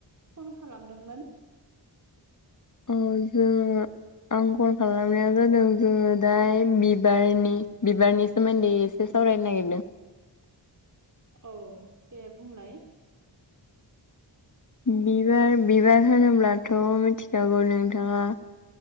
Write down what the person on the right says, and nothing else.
फन खालामदोंमोन।
औ दे बुंलाय।